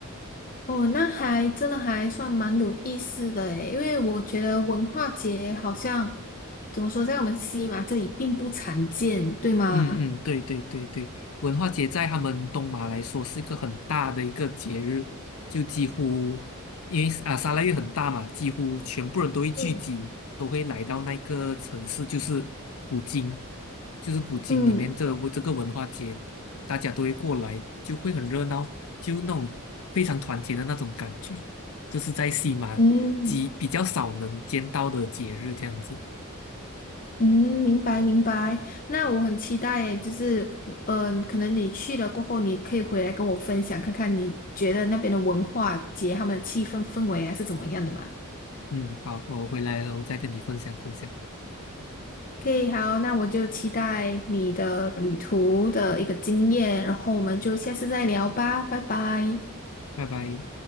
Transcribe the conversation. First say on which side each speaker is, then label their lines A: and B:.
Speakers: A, on the left; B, on the left.
A: 哦，那还真的还算蛮有意思的诶，因为我觉得文化节好像怎么说，在我们西马这里并不常见，对吗？
B: 嗯嗯，对对对对，文化节在他们东马来说是一个很大的一个节日，就几乎因为啊沙拉越很大嘛，几乎全部人都会聚集，
A: 嗯
B: 都会来到那个城市，就是古今，就是古今里面的这个文化节，
A: 嗯，
B: 大家都会过来，就会很热闹，就那种非常团结的那种感觉，这是在西马几比较少能见到的节日这样子。
A: 嗯，嗯，明白明白。那我很期待耶，就是嗯、呃可能你去了过后，你可以回来跟我分享，看看你觉得那边的文化节、他们的气氛氛围还是怎么样的嘛
B: 嗯，好，我回来了，我再跟你分享分享，
A: 可以，OK，好，那我就期待你的旅途的一个经验，然后我们就下次再聊吧，拜拜。
B: 拜拜。